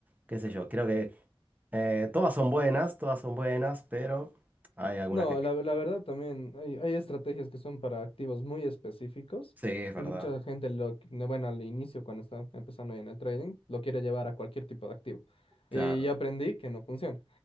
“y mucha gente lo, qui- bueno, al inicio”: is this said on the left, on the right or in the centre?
Left